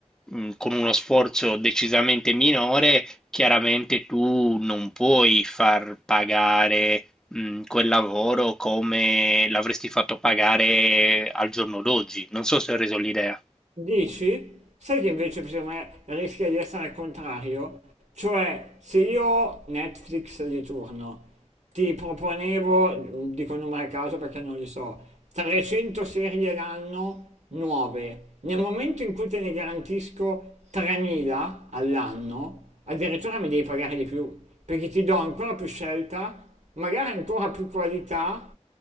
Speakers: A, in the centre; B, on the right.
A: mh, con uno sforzo decisamente minore, chiaramente tu non puoi far pagare mh, quel lavoro come l'avresti fatto pagare al giorno d'oggi. Non so se ho reso l'idea.
B: Dici? Sai che invece secondo me rischia di essere il contrario? Cioè, se io Netflix di turno ti proponevo, dico numero a caso perché non li so, 300 serie l'anno nuove, nel momento in cui te ne garantisco 3000 all'anno, addirittura mi devi pagare di più, perché ti do ancora più scelta, magari ancora più qualità